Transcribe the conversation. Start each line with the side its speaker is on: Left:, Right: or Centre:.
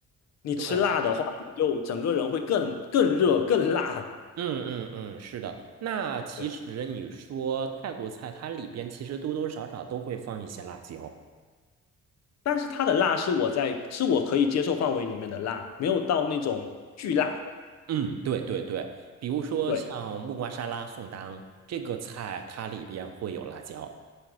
Left: 你吃辣的话，
Right: 对，
Left: 你就整个人会更更热更辣。
Right: 嗯嗯嗯，是的。那其实你说泰国菜，
Left: 对。
Right: 它里边其实多多少少都会放一些辣椒。
Left: 但是它的辣是我在是我可以接受范围里面的辣，没有到那种巨辣。
Right: 嗯，对对对，比如说像木瓜沙拉、
Left: 对，
Right: 宋当这个菜，它里边会有辣椒。